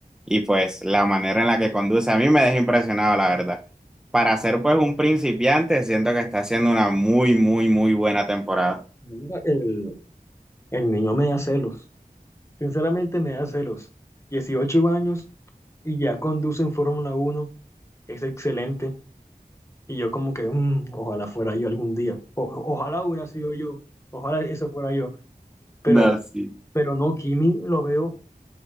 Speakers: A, in the centre; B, on the left.
A: y pues la manera en la que conduce a mí me deja impresionado, la verdad. Para ser pues un principiante, siento que está haciendo una muy, muy, muy buena temporada.
B: Mira, El, el niño me da celos, sinceramente me da celos. dieciocho años y ya conduce en Fórmula Uno es excelente. Y yo como que, "Mm, ojalá fuera yo algún día, O- ojalá hubiera sido yo, ojalá eso fuera yo, pero,
A: No, sí.
B: pero no, Kimi lo veo,